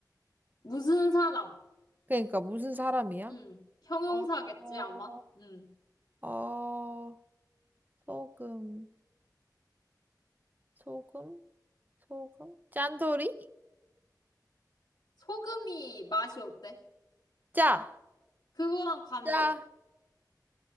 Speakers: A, on the left; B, on the right.
A: 무슨 사람?
B: 그러니까 무슨 사람이야?
A: 응, 형용사겠지,
B: 어, 어,
A: 아마? 응.
B: 어, 소금, 소금, 소금? 짠돌이?
A: 소금이 맛이 어때?
B: 짜,
A: 그거랑 반대.
B: 짜,